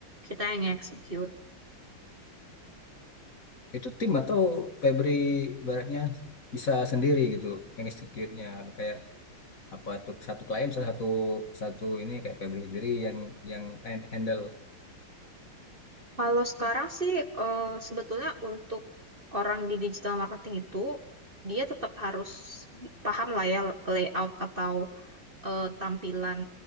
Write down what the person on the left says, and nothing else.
Itu tim atau Febri ibaratnya bisa sendiri gitu yang execute-nya kayak apa tuh satu klien salah satu satu ini kayak Febri sendiri yang yang handle